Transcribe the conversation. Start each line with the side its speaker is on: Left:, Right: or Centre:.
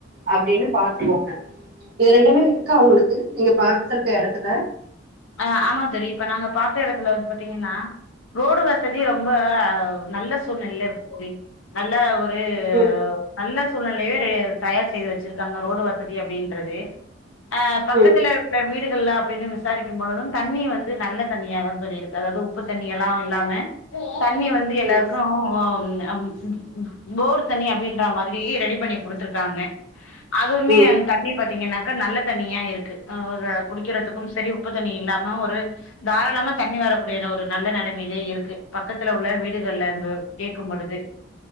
Right: அப்டினு பாத்துக்கோங்க இது ரெண்டுமே இருக்கா உங்களுக்கு நீங்க பாத்துருக்க எடத்துல
Left: ஆ ஆமா தோழி இப்ப நாங்க பாத்த எடத்துல வந்து பாத்தீங்கன்னா ரோடு வசதி ரொம்ப நல்ல சூழ்நிலைல இருக்கு தோழி நல்ல ஒரு வந்து
Right: ம்,
Left: நல்ல சூழ்நிலையவே ரெ தயார் செய்து வச்சிருக்காங்க ரோடு வசதி அப்டின்றது ஆ பக்கத்துல
Right: ம்,
Left: இருக்குற வீடு இதுக்ல்லா அப்டின்னு விசாரிக் க்கும் பொழுதும் தண்ணி வந்து நல்ல தண்ணியா தா தோழி இருக்கு அதாவது உப்பு தண்ணி எல்லா இல்லாம தண்ணி வந்து எல்லாருக்கு
Right: ம்,
Left: ஆ ம் அம் ம் ம் போர் தண்ணி அப்டின்ற மாதிரி ரெடி பண்ணி குடுத்துருக்காங்க அதுவுமே
Right: ம்.
Left: எனக்கு தண்ணி பாத்தீங்கன்னாக் அங்க நல்ல தண்ணியா இருக்கு அவுக குடிக்கிறதுக்கும் சரி உப்பு தண்ணி இல்லாம ஒரு தாராளமா தண்ணி வரக்கூடியான ஒரு நல்ல நெலமையிலே இருக்கு பக்கத்துல உள்ள வீடுகள்ல கேக்கும் பொழுது